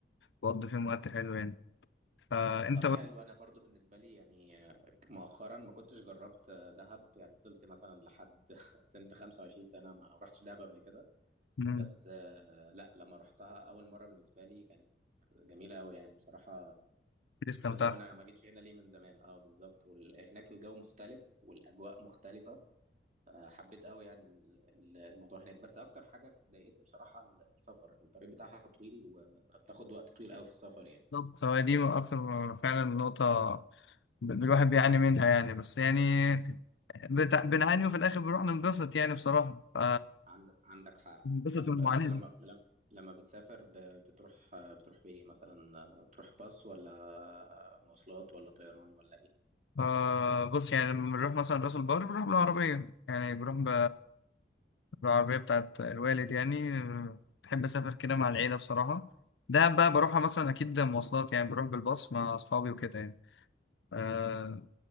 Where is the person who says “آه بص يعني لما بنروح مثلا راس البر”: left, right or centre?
Left